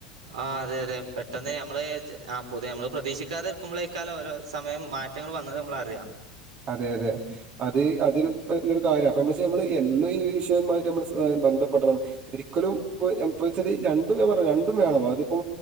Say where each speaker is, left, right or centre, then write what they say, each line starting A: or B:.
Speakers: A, on the right; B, on the right.
A: ആഹ് അതെ അതെ പെട്ടെന്ന് ഞമ്മള് ച് ആ പുതിയ മ്മള് പ്രതീക്ഷിക്കാതെ. ക്കുമ്പളെക്കാലം ഓരോ സമയം മാറ്റങ്ങള് വന്നത് മ്മൾ അറിയ.
B: അതെ അതെ അത് അതൊരു. പ്പ തൊരു കാര്യ അപ്പന്നച ന്നമ്മള് എന്നു ഈ വിശയുമായിട്ട് നമ്മൾ ബന്ധപ്പെടണം. ഒരിക്കലും പൊ പോച്ചാൽ രണ്ടും ഞാൻ പറഞ്ഞ രണ്ടും വേണം അതിപ്പോ